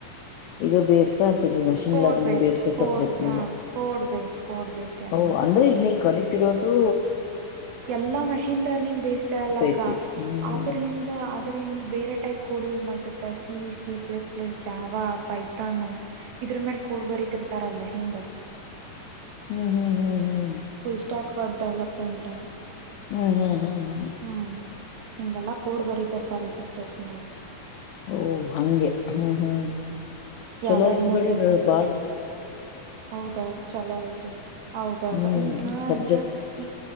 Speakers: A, on the left (about 80°); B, on the right (about 85°).
A: ಈಗ ಬೇಸ್ ಅಂತಿನಿ machine
B: code
A: learning based
B: code
A: subject
B: ಹಾ
A: ಮೇಲೆ
B: ಕೋಡ್ ಬೇಸ್ಡ್ ಕೋಡ್ ಬೇಸ್ಡ್ ಎಲ್ಲ
A: ಒಹ್ ಅಂದ್ರೆ ಈಗ ನೀ ಕಲಿತ್ ತಿರೋದು
B: ಎಲ್ಲಾ ಮಷಿನ್ ಲರ್ನಿಂಗ್ ಬೇಸ್ಡ್ ಅಲ್ಲಾಕ್ಕ
A: ಐತಿ ಹ್ಮ್
B: ಆದ್ರಿಂದ ಅದಕ್ ರಿಂದ್ ಬೇರೆ ಟೈಪ್ ಕೋಡ್ ಯೂಸ್ ಮಾಡ್ತರ್ ಸಿ ಇ C plus plus Java Python ಇದ್ <unintelligible> ಕೋಡ್ ಬರಿತಿರ್ತಾರ ಅಲ್ಲಿ ಹಿಂದ.
A: ಹ್ಮ್ ಹ್ಮ್ ಹ್ಮ್ ಹ್ಮ್.
B: ಫುಲ್ ಸ್ಟ್ಯಾಕ್ ವೆಬ್ ಡೆವಲಪ್ಮೆಂಟ್
A: ಹ್ಮ್ ಹ್ಮ್ ಹ್ಮ್.
B: ಹ್ಮ್ ಹಿಂಗೆಲ್ಲಾ ಕೋಡ್ ಬರೀತಿರ್ತಾರ ಈ ಸಬ್ಜೆಕ್ಟ್ಸ್ ಮೇಲೆ.
A: ಓಹ್ ಹಂಗೆ ಹ್ಮ್ ಹ್ಮ್ ಚಲೋ
B: ಎರಡೆರಡ್
A: ಆಯ್ತು
B: ಮೂರ್
A: ಬಿಡ್ರಿ
B: ಮೂರ್
A: ನಮ್ ಬಾಳ್.
B: ಹೌದೌದು ಚಲೋ ಐತಿ ಹೌದೌದು
A: ಹ್ಮ್
B: ಈಗ
A: ಸಬ್ಜೆಕ್ಟ್
B: ಅಂದ್ರ ಈ